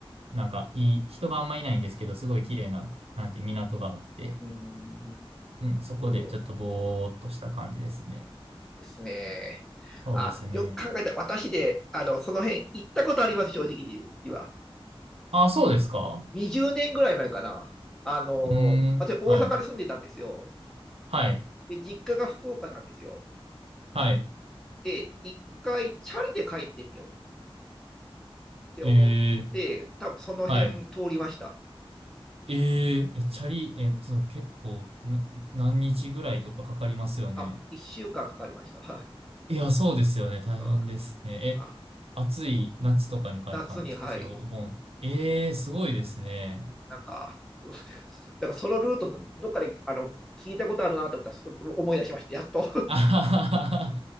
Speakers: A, on the right; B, in the centre.
A: なんかいい、人があんまいないんですけど、すごい綺麗な、なんて港があって、
B: うーん。
A: うん、そこでちょっとぼーっとした感じですね。
B: どうよですね。
A: そうですね。
B: あ、よく考えた。私で、あの、その辺行ったことあります、正直に言えば。
A: あ、そうですか
B: 20年ぐらい前かな。あの、
A: うーん、
B: 私大阪に住んでたんですよ。
A: はい、はい、
B: で、実家が福岡なんですよ。
A: はい、
B: で、一回チャリで帰ってみようって思って、
A: えー、
B: 多分その辺通りました。
A: はい。えー、え、チャリ、えっと、結構な、何日ぐらいとかかかりますよね。
B: あ、1週間かんかかりました。はい。
A: いや、そうですよね。大変ですね。
B: うん。あ、
A: え、暑い夏とかに帰ったんですかそれお盆。
B: 夏に、はい。
A: ええー、すごいですね。
B: なんか、<laughs> うだからそのルート、どっかであの聞いたことあるなと思ったら、す思い出しました、やっと。
A: あははは